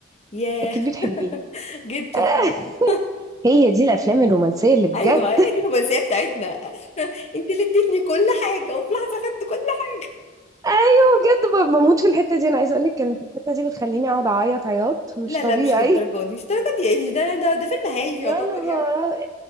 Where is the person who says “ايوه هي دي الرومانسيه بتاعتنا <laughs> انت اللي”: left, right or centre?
Left